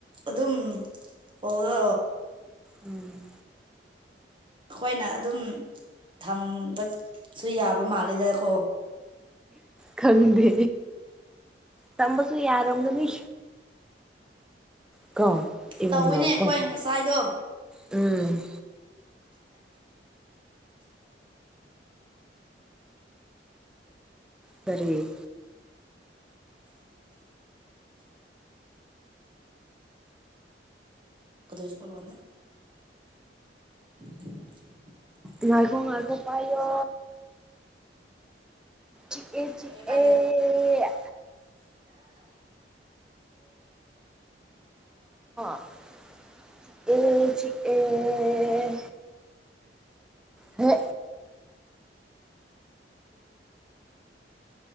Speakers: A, on the right (about 30°); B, in the centre.
A: ꯑꯗꯨꯝ ꯑꯣꯗ
B: ꯎꯝ
A: ꯑꯩꯈꯣꯏꯅ ꯑꯗꯨꯝ ꯊꯝꯅꯤꯡꯕꯁꯨ ꯌꯥꯕ ꯃꯥꯜꯂꯦꯗꯀꯣ
B: ꯈꯪꯗꯦ ꯇꯝꯕꯁꯨ ꯌꯥꯔꯣꯝꯒꯅꯤ ꯀꯣ ꯏꯕꯨꯡꯉꯣꯀꯣ
A: ꯇꯧꯋꯤꯅꯦ ꯑꯩꯈꯣꯏ ꯉꯁꯥꯏꯗꯣ
B: ꯎꯝ ꯐꯔꯤ
A: ꯀꯗꯁꯨꯄꯂ ꯋꯥꯗ <unintelligible>
B: ꯉꯥꯏꯈꯣꯡ ꯉꯥꯏꯈꯣꯡ ꯄꯌꯣ ꯤ ꯑꯦ ꯆ
A: ꯄꯥꯏꯒꯦ
B: ꯑꯦ
A: ꯄꯥꯏꯒꯦ <unintelligible>
B: ꯑꯦ ꯆ ꯑꯦ ꯍꯦ